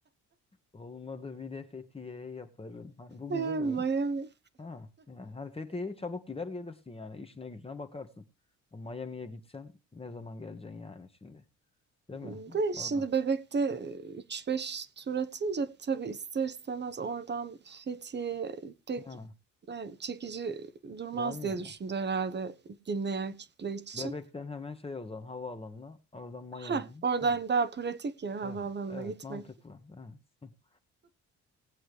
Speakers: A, on the left; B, on the right.
A: Olmadı bir de Fethiye yaparım. Hani bu
B: Yani
A: güzel oluyor.
B: Miami.
A: Ha yani hani Fethiye'ye çabuk gider gelirsin yani işine gücüne
B: <laughs>
A: bakarsın. Miami'ye gitsen ne zaman geleceksin yani şimdi? Değil mi?
B: De şimdi
A: O da.
B: bebekte üç beş tur atınca tabii ister istemez oradan Fethiye'ye pek
A: Ha.
B: yani çekici durmaz
A: Gelmiyor
B: diye
A: mu?
B: düşündü herhalde dinleyen kitle için.
A: Bebek'ten hemen şey o zaman havaalanına. Oradan Miami'ye.
B: Heh, oradan
A: Ha,
B: daha pratik ya havaalanına
A: evet. Evet
B: gitmek.
A: mantıklı. Evet. <laughs>